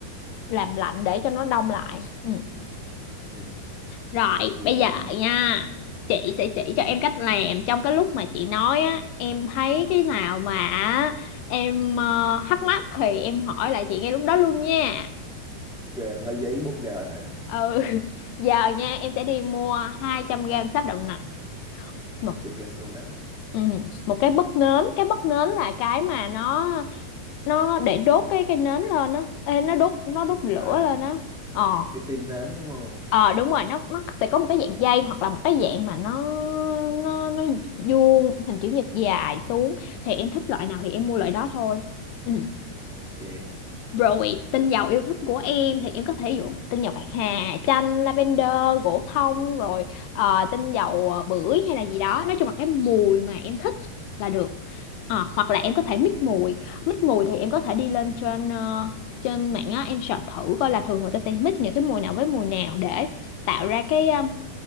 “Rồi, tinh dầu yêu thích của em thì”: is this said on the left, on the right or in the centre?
Left